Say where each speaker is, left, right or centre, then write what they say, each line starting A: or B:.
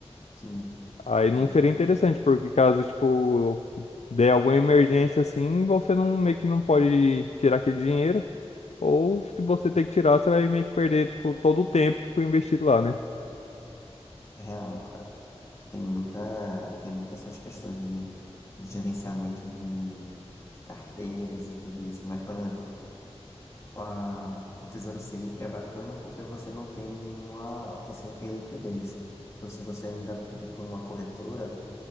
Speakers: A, on the left; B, on the left.
A: Sim,
B: Aí
A: exatamente.
B: não seria interessante, porque caso, tipo, der alguma emergência assim, você não, meio que não pode tirar aquele dinheiro, ou se você tem que tirar, você vai meio que perder, tipo, todo o tempo que foi investido lá, né?
A: É real, cara. Tem muita. Tem muitas essas questões de, de gerenciamento de, de carteiras e tudo isso. Mas, por exemplo, a, o Tesouro Selic é bacana porque você não tem nenhuma. Você tem liquidez. Então, se você ainda aplica por uma corretora.